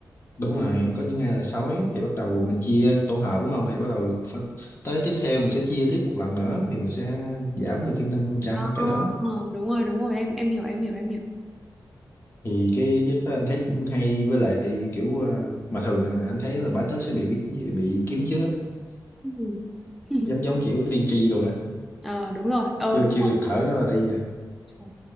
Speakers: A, on the left; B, in the centre.
A: đúng rồi có những ngày là sói thì bắt đầu mình chia tổ hợp đúng không thì bắt đầu phân, tới tiếp theo mình sẽ chia tiếp một lần nữa thì mình sẽ giảm được thêm năm phần trăm
B: Ờ,
A: cái nữa
B: đúng rồi đúng rồi em em hiểu em hiểu em hiểu
A: thì cái giấc đó anh thấy cũng hay với lại kiểu à, mà thường anh thấy là bá tước sẽ bị biết bị kiếm chứ
B: ừ. <laughs>
A: giống giống kiểu tiên tri đồ đó
B: Ờ, đúng rồi ờ
A: chưa
B: đúng
A: chưa kịp thở nữa là đi à
B: rồi